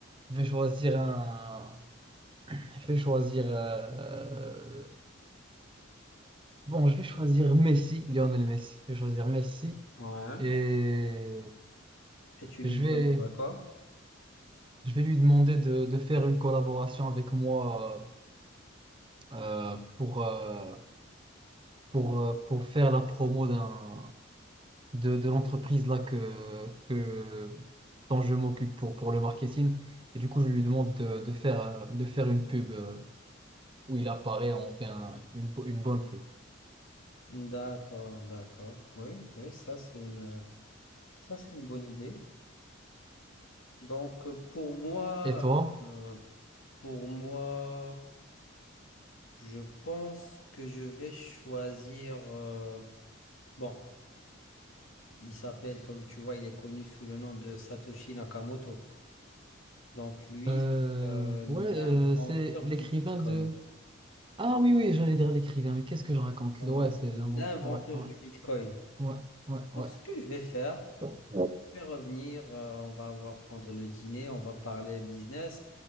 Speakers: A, on the right (about 25°); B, on the left (about 75°).
A: je vais choisir un. Je vais choisir. euh, Bon, je vais choisir Messi, Lionel Messi. Je vais choisir Messi
B: Ouais.
A: et
B: et tu lui
A: je vais,
B: demandes quoi?
A: je vais lui demander de, de faire une collaboration avec moi euh, pour, euh, pour, euh, pour faire la promo d'un, de, de l'entreprise là que, que, dont je m'occupe pour, pour le marketing. Et du coup, je lui demande de, de faire, euh, de faire une pub euh, où il apparaît, on fait un- une, bo- une bonne pub.
B: D'accord, d'accord. Oui, oui, ça c'est une, ça c'est une bonne idée. Donc euh, pour moi,
A: Et toi?
B: euh, pour moi, je pense que je vais choisir. euh, bon, il s'appelle, tu tu vois, il est connu sous le nom de Satoshi Nakamoto. Donc lui,
A: Euh,
B: euh,
A: ouais,
B: l'inventeur
A: euh, c'est l'écrivain
B: du Bitcoin.
A: de... Ah oui, oui, j'allais dire l'écrivain, mais qu'est-ce que je raconte
B: Oh
A: là?
B: non,
A: Ouais,
B: c'est
A: c'est l'invent.
B: l'inventeur
A: Ouais, ouais,
B: du Bitcoin.
A: ouais, ouais, ouais.
B: Donc, ce que je vais faire,
A: <laughs>
B: je vais revenir, euh, on va avoir, prendre le dîner, on va parler business,